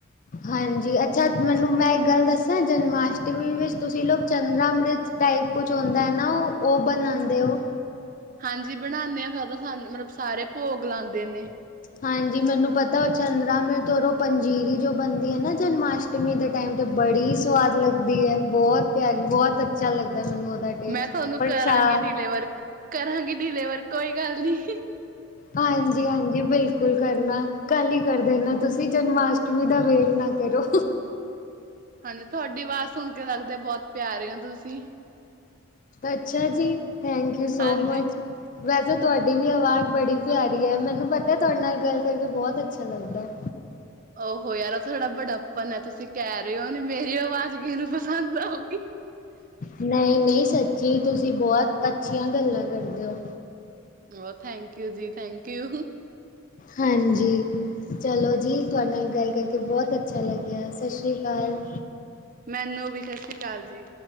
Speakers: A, on the left; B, on the right.
A: ਹਾਂਜੀ, ਅੱਛਾ ਮੈਨੂੰ ਮੈਂ ਇੱਕ ਗੱਲ ਦੱਸਾਂ, ਜਨਮਾਸ਼ਟਮੀ ਵਿੱਚ ਤੁਸੀਂ ਲੋਕ ਚੰਦਰਾ ਅਮ੍ਰਿਤ ਟਾਈਪ ਕੁਛ ਹੁੰਦਾ ਹੈ ਨਾ, ਉਹ ਉਹ ਬਨਾਦੇ ਹੋ।
B: ਹਾਂਜੀ ਬਣਾਨੇ ਹਾਂ, ਫੇਰ ਸਾਨੂੰ ਮਤਲਬ ਸਾਰੇ ਭੋਗ ਲਾਂਦੇ ਨੇ।
A: ਹਾਂਜੀ ਮੈਨੂੰ ਪਤਾ, ਉਹ ਚੰਦਰਾ ਅਮਿ੍ਤ ਔਰ ੳਹ ਪੰਜੀਰੀ ਜੋ ਬਣਦੀ ਹੈ ਨਾ ਜਨਮਾਸ਼ਟਮੀ ਟਮੀ ਦੇ ਟਾਈਮ ਤੇ ਬੜੀ ਸਵਾਦ ਲੱਗਦੀ ਹੈ, ਬਹੁਤ ਪਿਆਰੀ, ਬਹੁਤ ਅੱਛਾ ਲੱਗਦਾ ਮੈਨੂੰ ਉਹਦਾ ਟੇਸਟ
B: ਮੈਂ ਤੁਹਾਨੂੰ
A: ਪ੍ਰਸ਼ਾਦ
B: ਕਰਾਂਗੀ ਡਿਲੇਵਰ, ਕਰਾਂਗੀ ਡਿਲੇਵਰ, ਕੋਈ ਗੱਲ ਨਹੀ।
A: ਹਾਂਜੀ ਹਾਂਜੀ ਬਿਲਕੁਲ ਕਰਨਾ, ਕੱਲ ਹੀ ਕਰ ਦੇਣਾ, ਤੁਸੀ ਜਨਮਾਸ਼ਟਮੀ ਦਾ ਵੇਟ ਨਾ ਕਰੋ
B: ਹਾਂਜੀ ਤੁਹਾਡੀ ਆਵਾਜ਼ ਸੁਣ ਕੇ ਲੱਗਦਾ, ਬਹੁਤ ਪਿਆਰੇ ਔਂ ਤੁਸੀ।
A: ਅੱਛਾ ਜੀ, ਥੈਂਕ ਯੂ ਸੋ
B: ਹਾਂਜੀ।
A: ਮਚ। ਵੈਸੇ ਤੁਹਾਡੀ ਵੀ ਆਵਾਜ਼ ਬੜੀ ਪਿਆਰੀ ਹੈ। ਮੈਨੂੰ ਪਤਾ, ਤੁਹਾਡੇ ਨਾਲ ਗੱਲ ਕਰਕੇ ਬਹੁਤ ਅੱਛਾ ਲੱਗਦਾ।
B: ਉਹਹ ਯਾਰ ਤੁਹਾਡਾ ਬੜੱਪਨ ਹੈ, ਤੁਸੀਂ ਕਹ ਰਹੇ ਹੋ, ਨਹੀ ਮੇਰੀ ਆਵਾਜ਼ ਕਿਹਨੂੰ ਪਸੰਦ ਆਓ।
A: ਨਹੀ ਨਹੀ ਸੱਚੀ, ਤੁਸੀਂ ਬਹੁਤ ਅੱਛੀਆਂ ਗੱਲਾਂ ਕਰਦੇ ਔ।
B: ਉਹ ਥੈਂਕ ਯੂ ਜੀ, ਥੈਂਕ ਯੂ।
A: ਹਾਂਜੀ। ਚਲੋ ਜੀ, ਤੁਹਾਡੇ ਨਾਲ ਗੱਲ ਕਰਕੇ ਬਹੁਤ ਅੱਛਾ ਲੱਗਿਆ, ਸਤਿ ਸ਼੍ਰੀ ਅਕਾਲ।
B: ਮੈਨੂੰ ਵੀ, ਸਤਿ ਸ਼੍ਰੀ ਅਕਾਲ ਜੀ।